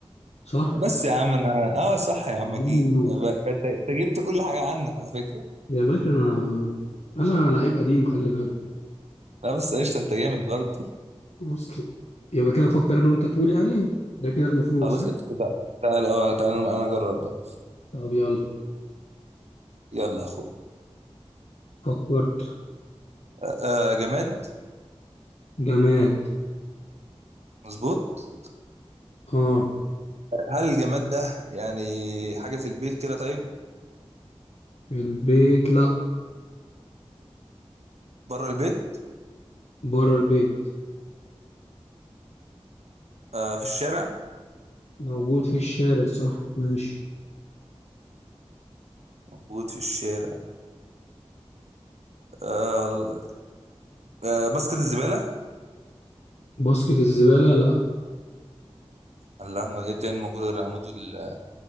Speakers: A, on the left; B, on the right.
A: صح؟
B: بس يا عم انا اه صح يا عم
A: من
B: اكيد
A: النور
B: ب- انت أنت جبت كل حاجه عنك على فكره
A: يا باشا أنا أنا لعيب قديم خلي بالك
B: لا بس قشطه انت جامد برضه
A: مسلم يبقى كده فكر أنا وأنت تقول يعني ده كده المفروض
B: خلاص
A: صح؟
B: قشطه تعال تعال اه تعال انا أنا اجرب بقى
A: طب يلا
B: يلا يا اخويا
A: فكرت
B: آه آه، جماد
A: جماد
B: مظبوط
A: آه
B: هل الجماد ده يعني حاجه في البيت كده طيب
A: البيت لأ
B: بره البيت
A: بره البيت
B: آه في الشارع
A: موجود في الشارع صح ماشي
B: موجود في الشارع آه آه باسكت الزباله
A: باسكت الزبالة لأ
B: اللهم ايه تاني موجود غير العمود وال-